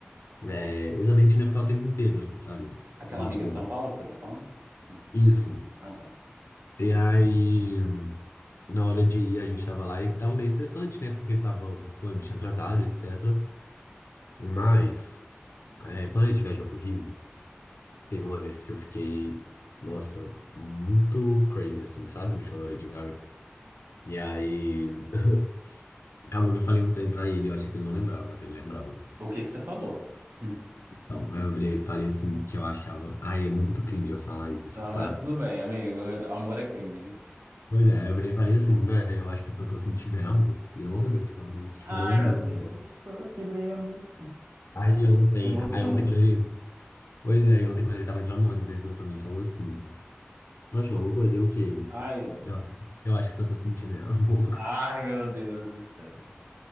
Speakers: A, on the left (about 80°); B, on the right (about 65°).
A: É, exatamente, ia ficar o tempo inteiro, assim, sabe?
B: Aquela
A: Juntos
B: amiga
A: com
B: de
A: outra.
B: São Paulo que você tá falando? Hum.
A: Isso.
B: Ah, tá.
A: E aí, na hora de ir, a gente tava lá e tava meio estressante, né? Porque tava, o ônibus tinha atrasado, etc. Mas, é, quando a gente viajou pro Rio, teve uma vez que eu fiquei, nossa, muito crazy, assim, sabe? No show da Lady Gaga. E aí. <laughs> Acabou que eu falei um ontem pra ele, eu achei que ele não lembrava, mas ele lembrava.
B: O que que você falou? Hum.
A: Então, aí eu virei e falei assim, que eu achava. Ai, é muito cringe eu falar isso,
B: Ah,
A: tá?
B: mas tudo bem, amigo. Amor é cringe.
A: Pois é, aí eu virei e falei assim, velho, eu acho que o que eu tô sentindo é amor. E eu não sabia que eu tinha falado isso,
B: Ai,
A: tipo, não, não.
B: meu Deus, que lindo.
A: Aí ontem,
B: <laughs> Emocionante.
A: aí ontem quando ele. Pois é, aí ontem quando ele tava entrando no ônibus, ele virou pra mim e falou assim: Mas, João, alguma coisa, eu o que ele?
B: Ai, meu Deus.
A: Eu, eu acho que o que eu tô sentindo é amor. <laughs>
B: Ai, meu Deus do céu.